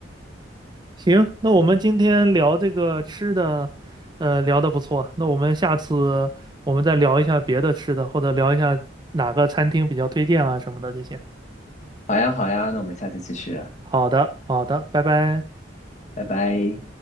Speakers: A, on the right; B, on the left.
A: 行，那我们今天聊这个吃的，呃，聊的不错。那我们下次我们再聊一下别的吃的，或者聊一下哪个餐厅比较推荐啊什么的这些。
B: 好呀，好呀，那我们下次继续啊，
A: 好的，好的，拜拜。
B: 拜拜。